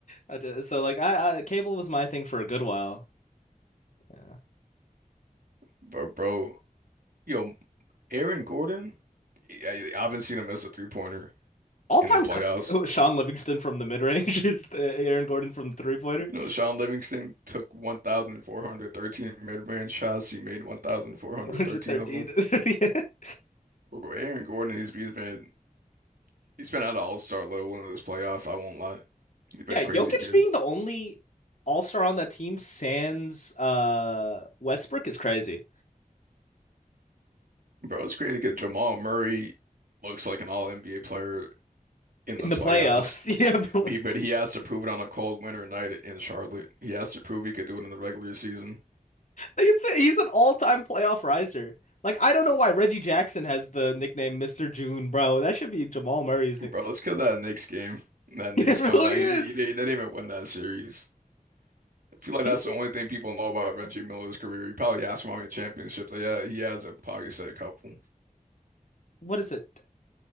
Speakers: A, on the left; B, on the right.
A: I just so like I, I cable was my thing for a good while. Yeah.
B: But bro, yo. Aaron Gordon, I, I haven't seen him miss a three pointer
A: All-time
B: in the playoffs.
A: co Sean <laughs> Livingston from the mid-range <laughs> is uh, Aaron Gordon from the three-pointer.
B: You know, Sean Livingston took 1,413 mid-range shots. He made 1,413
A: 113.
B: of them.
A: <laughs>
B: But bro, Aaron Gordon, he's, he's been he's been at an all-star level in this playoff. I won't lie, he's been
A: Yeah, yeah,
B: crazy
A: Jokic
B: good.
A: being the only all-star on that team sans uh Westbrook is crazy.
B: Bro, it's crazy because Jamal Murray looks like an all-NBA player in
A: In
B: the
A: the
B: playoffs.
A: playoffs. <laughs> Yeah, but
B: But he, but he has to prove it on a cold winter night in Charlotte. He has to prove he could do it in the regular season.
A: Like, It's a, he's an all-time playoff riser. Like I don't know why Reggie Jackson has the nickname Mr. June, bro. That should be Jamal Murray's
B: Bro,
A: nick.
B: let's
A: <laughs>
B: kill that Knicks game. That Knicks
A: It really
B: comeback. He, didn't-
A: is.
B: he, didn't- they didn't even win that series. I feel like
A: He-
B: that's the only thing people know about Reggie Miller's career. You probably ask him how many championships they had. He has a probably said a couple.
A: What is it?